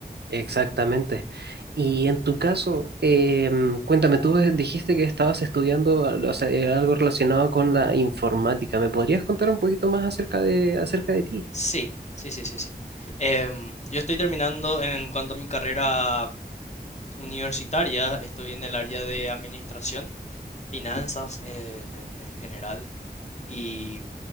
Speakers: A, on the right; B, on the left.
A: Exactamente. Y en tu caso, em, cuéntame, tú de- dijiste que estabas estudiando al- o sea, eh, algo relacionado con la informática. ¿Me podrías contar un poquito más acerca de, acerca de ti?
B: Sí, sí, sí, sí, sí. Em, yo estoy terminando en cuanto a mi carrera universitaria, estoy en el área de administración, finanzas en, en- en general, y